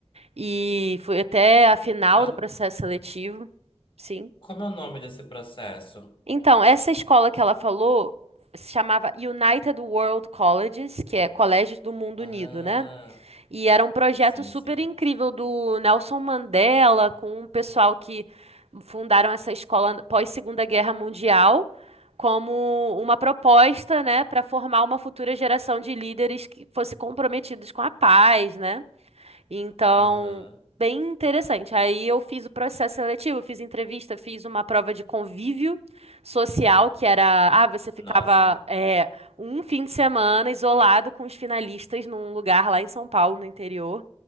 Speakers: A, on the right; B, on the left.
A: e fui até a final
B: Mas
A: do processo seletivo, sim.
B: como é o nome desse processo?
A: Então, essa escola que ela falou se chamava United World Colleges, que é Colégios do Mundo
B: Ah,
A: Unido, né? E era um projeto
B: sim,
A: super
B: sim.
A: incrível do Nelson Mandela, com o pessoal que fundaram essa escola pós-Segunda Guerra Mundial, como uma proposta, né, para formar uma futura geração de líderes que fosse comprometidos com a paz, né? Então,
B: Aham.
A: bem interessante. Aí eu fiz o processo seletivo, fiz entrevista, fiz uma prova de convívio social, que era, ah, você ficava
B: Nossa.
A: é, um fim de semana isolado com os finalistas num lugar lá em São Paulo, no interior,